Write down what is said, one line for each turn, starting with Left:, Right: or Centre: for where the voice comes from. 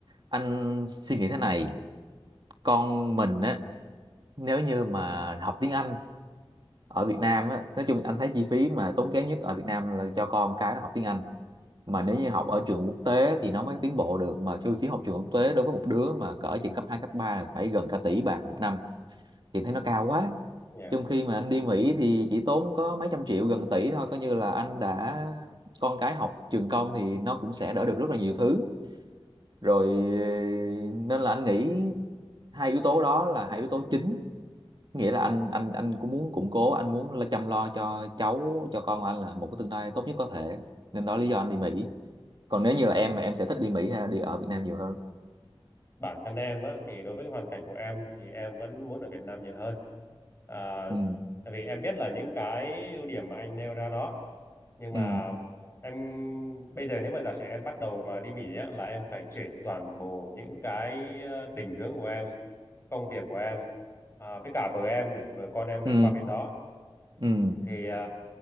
Right: anh suy nghĩ thế này con mình á nếu như mà học tiếng Anh ở Việt Nam á, nói chung anh thấy chi phí mà tốn kém nhất ở Việt Nam là cho con cái nó học tiếng Anh mà nếu như học ở trường quốc tế thì nó mới tiến bộ được mà chi phí học trường quốc tế đối với một đứa mà cỡ trường cấp 2 cấp 3 là phải gần cả tỷ bạc một năm thì thấy nó cao quá
Left: yeah.
Right: trong khi mà anh đi Mỹ thì chỉ tốn có mấy trăm triệu gần tỷ thôi coi như là anh đã con cái học trường công thì nó cũng sẽ đỡ được rất là nhiều thứ rồi nên là anh nghĩ hai yếu tố đó là hai yếu tố chính nghĩa là anh anh anh cũng muốn củng cố anh muốn là chăm lo cho cháu cho con anh là một cái tương lai tốt nhất có thể nên đó lý do anh đi Mỹ còn nếu như là em em sẽ thích đi Mỹ hay đi ở Việt Nam nhiều hơn
Left: bản thân em á, thì đối với hoàn cảnh của em thì em vẫn muốn ở Việt Nam nhiều hơn à,
Right: ừ
Left: tại vì em biết là những cái ưu điểm mà anh nêu ra đó nhưng
Right: ừ
Left: mà em bây giờ nếu mà giả sử em bắt đầu mà đi Mỹ á, là em phải chuyển toàn bộ những cái ờ, định hướng của em công việc của em à, với cả vợ em nữa vợ con em nữa
Right: ừ
Left: qua bên đó
Right: ừ
Left: thì à,